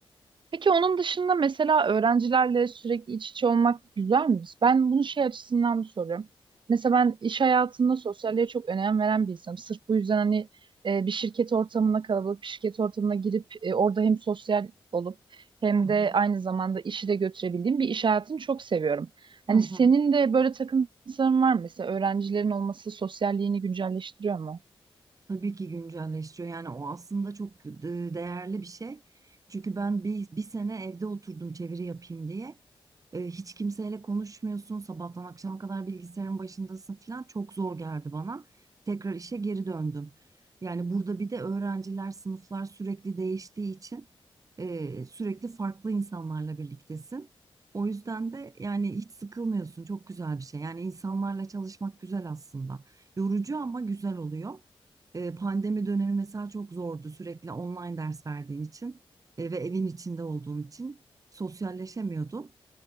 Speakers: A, on the right; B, on the right.
A: Peki onun dışında mesela öğrencilerle sürekli iç içe olmak güzel mi? Ben bunu şey açısından soruyorum. Mesela ben iş hayatında sosyalliğe çok önem veren bir insanım. Sırf bu yüzden hani e, bir şirket ortamına kalabalık bir şirket ortamına girip e, orada hem sosyal olup hem
B: Hı hı.
A: de aynı zamanda işi de götürebildiğim bir iş hayatını çok seviyorum. Hani
B: hı hı.
A: senin de böyle takıntıların var mı? Mesela öğrencilerin olması sosyalliğini güncelleştiriyor mu?
B: Tabii ki güncelleştiriyor. Yani o aslında çok e, değerli bir şey. Çünkü ben bir, bir sene evde oturdum çeviri yapayım diye. E, hiç kimseyle konuşmuyorsun. Sabahtan akşama kadar bilgisayarın başındasın falan. Çok zor geldi bana. Tekrar işe geri döndüm. Yani burada bir de öğrenciler, sınıflar sürekli değiştiği için e, sürekli farklı insanlarla birliktesin. O yüzden de yani hiç sıkılmıyorsun. Çok güzel bir şey. Yani insanlarla çalışmak güzel aslında. Yorucu ama güzel oluyor. E, pandemi dönemi mesela çok zordu sürekli online ders verdiğin için e, ve evin içinde olduğun için sosyalleşemiyordun.